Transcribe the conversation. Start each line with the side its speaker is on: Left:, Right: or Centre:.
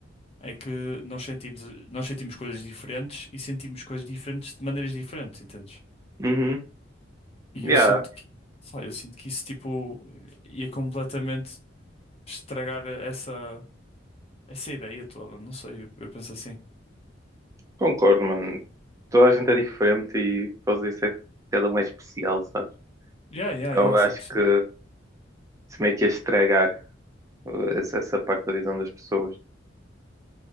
Left: É que nós sentimos, nós sentimos coisas diferentes e sentimos coisas diferentes de maneiras diferentes, entendes?
Right: uhum.
Left: E
Right: Yeah,
Left: eu sinto que, sei lá, eu sinto que isso tipo ia completamente estragar essa essa ideia toda, não sei, eu, eu penso assim.
Right: concordo, mano. Toda a gente é diferente e posso dizer que cada um é especial, sabes?
Left: Yeah, yeah,
Right: Eu
Left: yeah, 100%.
Right: acho que se meio que ia estragar uh, essa, essa parte da visão das pessoas.